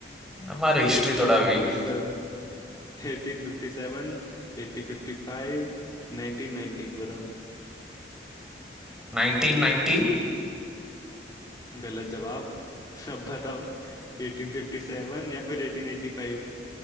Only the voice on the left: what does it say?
Eighteen fifty
seven Eighteen fifty seven eighty fifty five nineteen nineteen बताओ
गलत जवाब <laughs> अब बताओ एटीन फिफ्टी सेवन या फिर एटीन एटी फाइव?